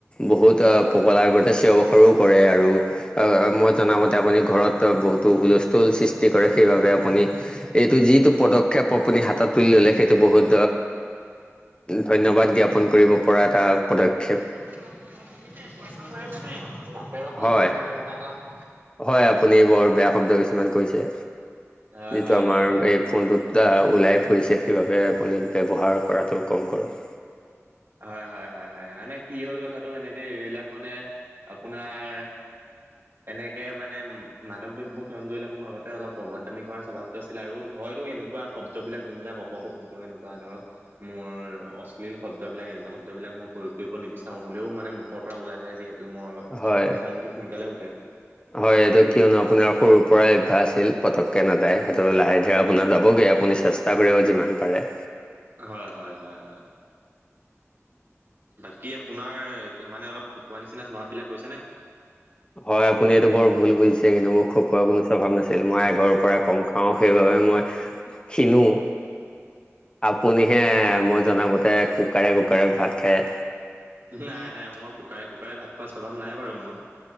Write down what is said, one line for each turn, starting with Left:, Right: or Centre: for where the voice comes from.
Left: বহুত পকলাৰ আগতে চিঞ বখৰো কৰে আৰু মই জনামতে আপুনি ঘৰত বহুতো হুলস্থুল সৃষ্টি কৰে, সেইবাবে আপুনি এইটো যিটো পদক্ষেপ আপুনি হাতত তুলি ল'লে সেইটো বহুত ধন্যবাদ জ্ঞাপন কৰিব পৰা এটা পদক্ষেপ।
Right: <unintelligible> বাপেৰৰ <unintelligible> আচনিখনন পৰা
Left: হয়
Right: <unintelligible>
Left: হয় আপুনি বৰ বেয়া শব্দ কিছুমান কৈছে।
Right: হয়
Left: যিটো
Right: হয়
Left: আমাৰ
Right: হয় হয়
Left: এই ফোনটোত ওলাই পৰিছে সেইবাবে আপুনি ব্যৱহাৰ কৰাটো কম কৰক।
Right: হয়-হয়-হয়-হয় মানে কি হ'ল কথাটো এনেকে এইবিলাক মানে আপোনাৰ তেনেকে মানে মাদক দ্ৰব্য সেৱন কৰিলে মোৰ আগতে অলপ অভদ্ৰামি কৰাৰ স্বভাৱ আছিলে আৰু হয়তো এনেকুৱা শব্দবিলাক যোনবিলাক অপশব্দ এনেকুৱা ধৰক। মোৰ অশ্লীল শব্দ। শব্দবিলাক এনেকুৱা শব্দবিলাক মই প্ৰয়োগ কৰিব নিবিচাৰোঁ, হ'লেও মানে মুখৰ পৰা ওলাই যায় যিহেতু। টো মোৰ অলপ
Left: হয়
Right: খংটো সোনকালে উঠে।
Left: হয় এইটো কিয়নো আপোনাৰ সৰুৰ পৰাই অভ্যাস আছিল। পতকে নাযায় সেইটো লাহে ধীৰে আপোনাৰ যাবগৈ আপুনি চেষ্টা <unintelligible> যিমান পাৰে।
Right: হয়, হয়, হয়, হয়। বাকী আপোনাৰ মানে অলপ খকোৱা নিচিনা স্বভাৱ বিলাক গৈছে নে?
Left: হয় আপুনি এইটো বৰ ভুল বুজিছে কিন্তু মোক খকোৱা কোনো স্বভাৱ নাছিল। মই আগৰ পৰাই কম খাওঁ সেইবাবে মই ক্ষীণও। আপুনিহে মই জনামতে কুকাৰে-কুকাৰে ভাত খায়।
Right: নাই, নাই। মই কুকাৰে-কুকাৰে ভাত খোৱাৰ স্বভাৱ নাই বাৰু মোৰ।